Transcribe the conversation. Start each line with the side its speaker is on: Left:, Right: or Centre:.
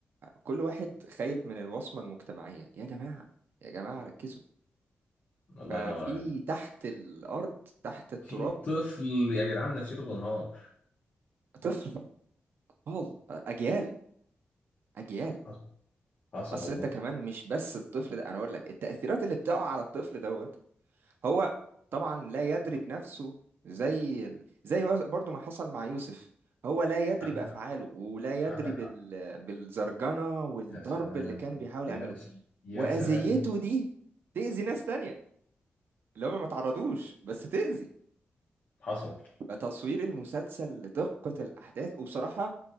Right: كل واحد خايف من الوصمه المجتمعيه يا جماعه يا جماعه ركزوا
Left: الله
Right: ففي
Left: ينور عليك
Right: تحت الارض تحت التراب
Left: في طفل يا جدعان نفسيته بتنهار
Right: طفل اطفال اجيال اجيال
Left: حصل حصل
Right: اصل
Left: والله
Right: انت كمان مش بس الطفل ده انا اقول لك التاثيرات اللي بتقع على الطفل دوت هو طبعا لا يدري بنفسه زي زي برضو ما حصل مع يوسف هو لا يدري
Left: عندك
Right: بأفعاله
Left: حق
Right: ولا يدري
Left: عندك
Right: بال...
Left: حق
Right: بالزرجنة والضرب
Left: يا سلام
Right: اللي كان بيحاول
Left: يا
Right: يعمله
Left: س... يا
Right: وأذيته
Left: سلام
Right: دي تأذي ناس تانية اللي هم ما تعرضوش بس تأذي
Left: حصل
Right: فتصوير المسلسل لدقة الأحداث وبصراحة